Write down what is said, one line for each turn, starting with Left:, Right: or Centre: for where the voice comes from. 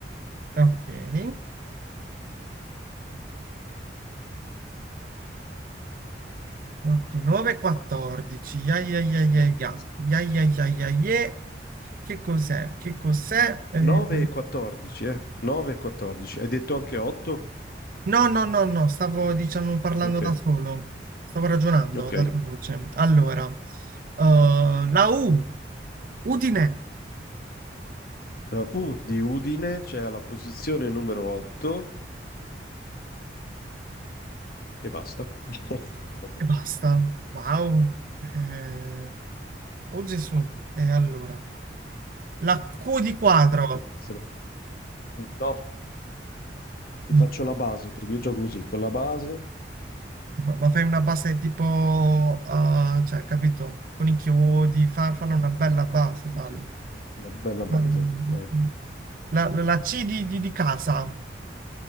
Right: ok. Ok, 9, 14. Ya, ya, ya, ya,
Left: Ok.
Right: ya. Ya, ya, ya, ya, ye. Che cos'è? Che cos'è? Eh,
Left: 9 e 14, eh? 9 e 14. Hai detto anche 8?
Right: no, no, no, no, stavo, diciamo, parlando
Left: Ok,
Right: da solo. Stavo ragionando
Left: ok.
Right: ad alta voce. Allora, uh, la U. Udine.
Left: Uh, U di Udine c'è alla posizione numero 8 e basta. <laughs> Oh, Purtroppo.
Right: E basta. Wow. Eh, oh Gesù. E allora, la Q di quadro.
Left: Se ne- No, ti
Right: No,
Left: faccio la base perché io gioco così, con la base.
Right: Ma ma fai una base tipo, ah, cioè, capito? Con i chiodi, fa, falla una bella base, falla.
Left: Sì, sì, una bella base.
Right: Mm.
Left: Vai.
Right: La, la- la C di, di- di casa.